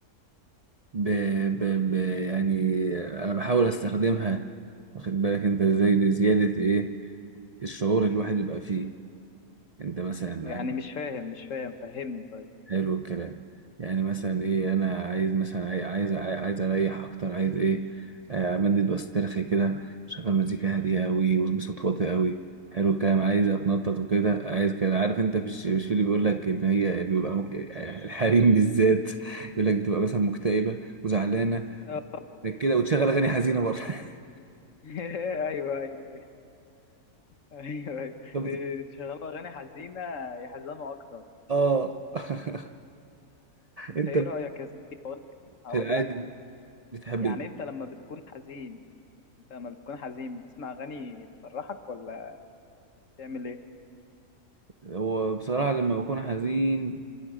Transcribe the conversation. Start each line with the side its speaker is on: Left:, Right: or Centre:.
Right: ب... ب... ب... يعني أنا بحاول أستخدمها واخد بالك أنت إزاي لزيادة إيه الشعور اللي الواحد بيبقى فيه أنت مثلا
Left: يعني مش فاهم مش فاهم فهمني طيب
Right: حلو الكلام يعني مثلا ايه انا عايز مثلا عاي- عايز عاي- عايز اريح اكتر عايز ايه آه، امدد واسترخي كده شغل مزيكا هاديه قوي وبصوت واطي قوي حلو الكلام عايز اتنطط وكده عايز كده عارف انت مش مش في اللي بيقول لك ان هي بيبقى مك... يعني الحريم بالذات يقول لك بتبقى مثلا مكتئبه وزعلانه
Left: آه.
Right: لك كده وتشغل اغاني حزينه برضه <laughs>
Left: <laughs> أيوه أيوه أيوه <laughs> أيوه أيوه
Right: طب
Left: إيه، تشغلوا أغاني حزينة يحزنوا أكتر
Right: اه <laughs>
Left: أنت
Right: انت
Left: إيه رأيك يا زميلي؟ هقول
Right: في العادي
Left: لك
Right: بتحب
Left: يعني أنت لما بتكون حزين أنت لما بتكون حزين بتسمع أغاني تفرحك ولا بتعمل إيه؟
Right: هو بصراحه لما بكون حزين